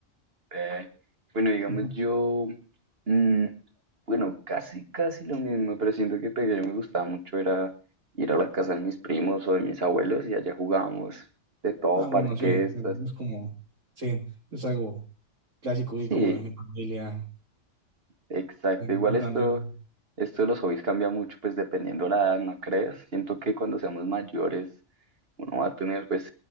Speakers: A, on the right; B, on the right.
A: Eh, bueno, digamos
B: Ajá.
A: yo, mm, bueno, casi, casi lo mismo, pero siento que pequeño me gustaba mucho era ir a la casa de mis primos o de mis abuelos y allá jugábamos de todo,
B: Ah, bueno,
A: parquestas.
B: sí, eh, es como, sí, es algo clásico
A: Sí,
B: y como en familia
A: exacto.
B: eh,
A: Igual esto,
B: también.
A: esto de los hobbies cambia mucho, pues dependiendo la edad, ¿no crees? Siento que cuando seamos mayores uno va a tener pues